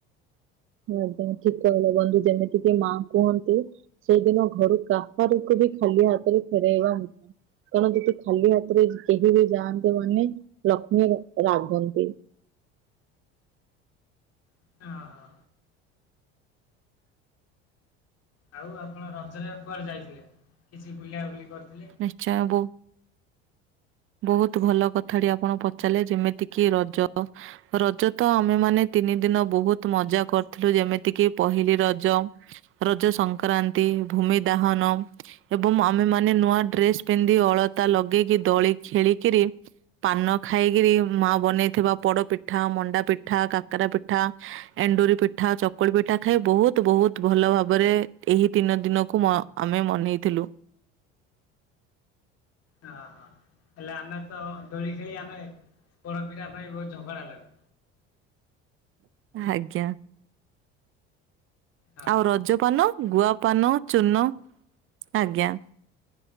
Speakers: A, on the right; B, on the left.
A: ଆଜ୍ଞା। ଠିକ୍ କହିଲ। ବନ୍ଧୁ ଯେମିତିକି ମାଆ କୁହନ୍ତି ସେଇଦିନ ଘରୁ କାହାରିକୁ ବି ଖାଲି ହାତରେ ଫେରାଇବାନି। କାରଣ ଯଦି ଖାଲି ହାତରେ କେହି ବି ଯାଆନ୍ତି ମାନେ ଲକ୍ଷ୍ମୀ ରାଗନ୍ତି।
B: ହଁ। ଆଉ ଆପଣ ରଜରେ କୁଆଡେ ଯାଇଥିଲେ? କିଛି ବୁଲା ବୁଲି କରିଥିଲେ।
A: ଆଚ୍ଛା ବଉ ବହୁତ୍ ଭଲ କଥାଟି ଆପଣ ପଚାରିଲେ ଯେମିତି କିି ରଜ ରଜ ତ ଆମେ ମାନେ ତିନି ଦିନ ବହୁତ ମଜା କରିଥିଲୁ। ଯେମିତିକି ପହିଲି ରଜ ରଜ ସଂକ୍ରାନ୍ତି, ଭୂମି ଦାହନ ଏବଂ ଆମେ ମାନେ ନୂଆ ଡ୍ରେସ୍ ପିନ୍ଧି ଅଳତା ଲଗେଇକି ଦୋଳି ଖେଳିକିରି ପାନ ଖାଇକିରି ମା ବନେଇଥିବା ପୋଡ ପିଠା, ମଣ୍ଡା ପିଠା, କାକାରା ପିଠା ଏଣ୍ଡୁରି ପିଠା, ଚକୁଳି ପିଠା ଖାଇ ବହୁତ୍ ବହୁତ୍ ଭଲ ଭାବରେ ଏହି ତିନି ଦିନକୁ ଆମେ ମନେଇଥିଲୁ।
B: ଅ ହଁ। ହେଲେ ଆମେ ତ ଦୋଳି ଖେଳି ଆମେ ପୋଡ଼ପିଠା ପାଇଁ ବହୁତ୍ ଝଗଡ଼ା ଲାଗୁ।
A: ଆଜ୍ଞା।
B: ହଁ
A: ଆଉ ରଜପାନ ଗୁଆପାନ ଚୂନ ଆଜ୍ଞା।